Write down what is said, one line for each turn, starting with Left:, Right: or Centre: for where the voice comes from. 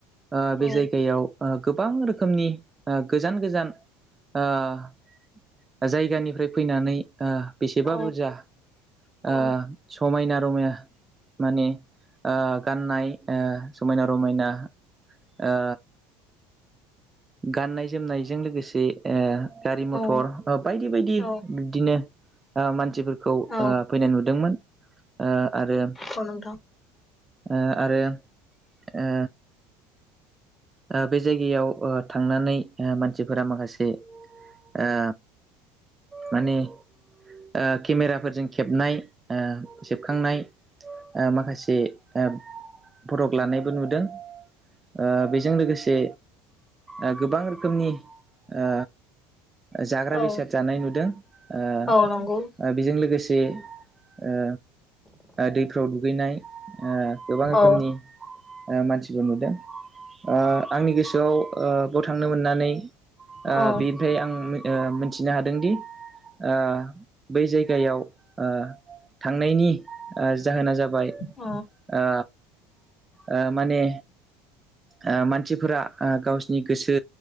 Right: ओ
Left: औ
Right: बे जायगायाव ओ गोबां रोखोमनि ओ। गोजान गोजान ओ जायगानिफ्राय फैनानै ओ बेसेबा
Left: औ
Right: बुरजा
Left: औ
Right: ओ समायना रमायना। माने ओ गाननाय ओ समायना रमायना ओ। गाननाय जोमनायजों लोगोसे ओ गारि
Left: औ
Right: मथर बायदि बायदि
Left: औ
Right: बिदिनो ओ मानसिफोर खौ
Left: औ
Right: ओ फैनाय नुदोंमोन ओ। आरो
Left: औ नोंथां।
Right: ओ आरो ओ। ओ बे जायगायाव ओ थांनानै ओ मानसिफोरा माखासे ओ माने ओ केमेराफोरजों खेबनाय ओ सेबखांनाय। ओ माखासे ओ फटक लानायबो नुदों। ओ बेजों लोगोसे ओ गोबां रोखोमनि ओ जाग्रा
Left: औ
Right: बेसाद जानाय नुदों ओ
Left: औ नंगौ
Right: ओ बेजों लोगोसे ओ दैफ्राव दुगैनाय ओ गोबां रोखोमनि
Left: औ
Right: मानसिखौ नुदों। ओ आंनि गोसोआव ओ बेयाव थांनो मोननानै ओ
Left: औ
Right: बेनिफ्राय आं ओ मिथिनो हादोंदि ओ। बै जायगायाव ओ थांनायनि ओ जाहोना जा बाय
Left: औ
Right: ओ ओ माने ओ मानसिफोरा ओ गावसिनि गोसो